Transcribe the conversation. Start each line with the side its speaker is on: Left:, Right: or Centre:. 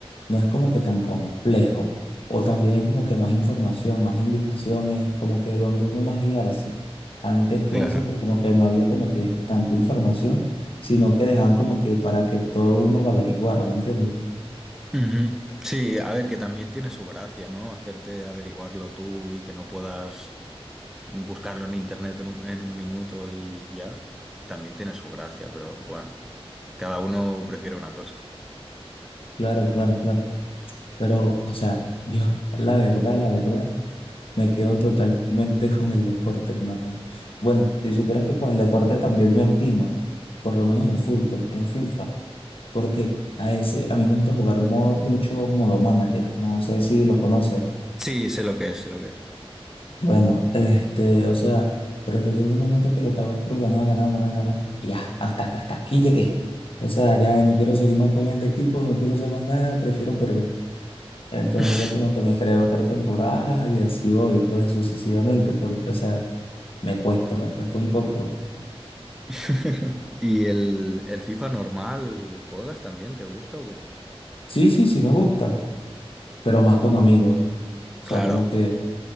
Left: no es como que tan complejo. O también hay como que más información, más indicaciones, como que donde uno más guiarse. Antes pienso
Centre: Claro.
Left: que como que no había como que tanta información, sino que dejaban como que para que todo uno lo averiguara, ¿me entiendes?
Centre: Ujú. Sí, a ver, que también tiene su gracia, ¿no? Hacerte averiguarlo tú y que no puedas Buscarlo en internet en un, en un minuto y ya también tiene su gracia, pero bueno, cada uno prefiere una cosa.
Left: Claro, claro, claro. Pero, o sea, <laughs> yo, la verdad, la verdad. Me quedo totalmente con el deporte, hermano. Bueno, si supieras que con el deporte también me obstino, por lo menos en fútbol, en FIFA, porque a ese, a mí me gusta jugar mo- mucho modo manager, no sé si lo conoces.
Centre: Sí, sé lo que es, sé lo que
Left: Bueno, este, o sea, pero te digo un momento que lo que hago es puro ganar, ganar, ganar, ganar, y ya, hasta, hasta aquí llegué. O sea, ya no quiero seguir más con este equipo, no quiero hacer más nada, prefiero perder. Entonces
Centre: es.
Left: como que me creo otra temporada y así voy, pues sucesivamente, porque o sea, me cuesta, me cuesta un poco.
Centre: <laughs> ¿Y el, el FIFA normal juegas también? ¿Te gusta o qué?
Left: Sí, sí, sí me gusta, pero más con amigos. O
Centre: Claro.
Left: sea, como que